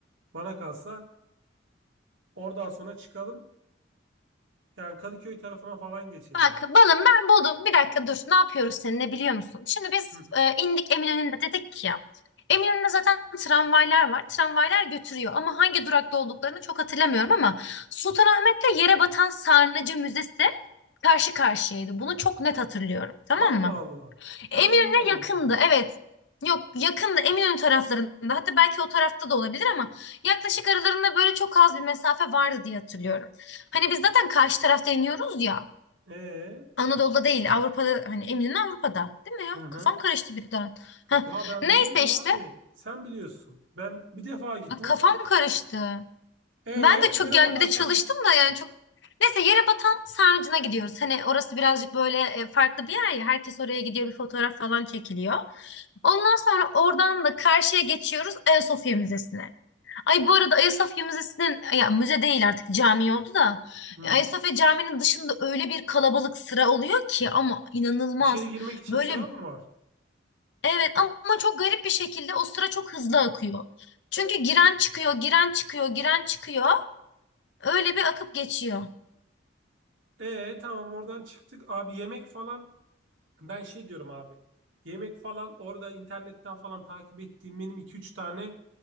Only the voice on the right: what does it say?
Bana kalsa oradan sonra çıkalım. Yani Kadıköy tarafına falan geçelim.
Hı.
Allah
Allah.
Ben bilmiyorum
o kadar.
Ee?
Hı hı.
Ya ben
bilmiyorum
abi. Sen biliyorsun. Ben bir defa gittim.
O da çok...
Ee,
yere
batan
sen.
Hı.
İçeri girmek için
sıra mı var?
Ee, tamam oradan çıktık. Abi yemek falan. Ben şey diyorum abi. Yemek falan orada internetten falan takip ettiğim benim iki üç tane